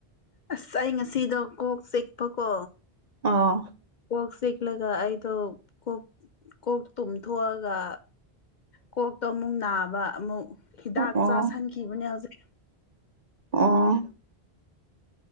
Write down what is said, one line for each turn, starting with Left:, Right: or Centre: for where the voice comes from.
Left: ꯑꯁ ꯑꯩ ꯉꯁꯤꯗꯣ ꯀꯣꯛ ꯆꯤꯛꯄ ꯀꯣ
Right: ꯑꯥ
Left: ꯀꯣꯛ ꯆꯤꯛꯂꯒ ꯑꯩꯗꯣ ꯀꯣꯛ ꯀꯣꯛ ꯇꯨꯝꯊꯣꯛꯑꯒ ꯀꯣꯛꯇꯣ ꯑꯃꯨꯛ ꯅꯥꯕ ꯑꯃꯨꯛ ꯍꯤꯗꯥꯛ
Right: ꯑꯣ ꯑꯣ
Left: ꯆꯥꯥꯁꯟꯈꯤꯕꯅꯦ ꯍꯧꯖꯤꯛ
Right: ꯑꯣ